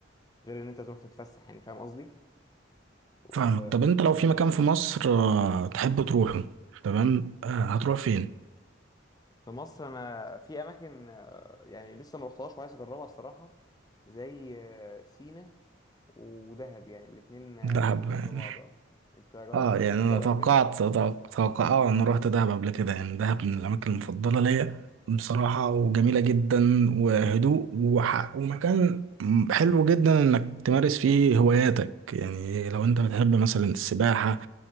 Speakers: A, on the left; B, on the right.
A: غير ان انت تروح تتفسح يعني فاهم قصدي و-
B: فاهمك طب انت لو في مكان في مصر آه، تحب تروحه تمام آه، هتروح فين
A: في مصر انا في اماكن آه، يعني لسه ما رحتهاش وعايز اجربها الصراحة زي آه، سينا ودهب يعني الاتنين آه،
B: دهب يعني
A: جنب بعض اه انت جربت
B: اه
A: تروح
B: يعني انا
A: دهب
B: توقعت
A: قبل كده؟
B: توقع توقع- اه انا رحت دهب قبل كده يعني دهب من الاماكن المفضلة ليا بصراحة وجميلة جدا وهدوء وح... ومكان حلو جدا انك تمارس فيه هواياتك يعني لو انت بتحب مثلا السباحة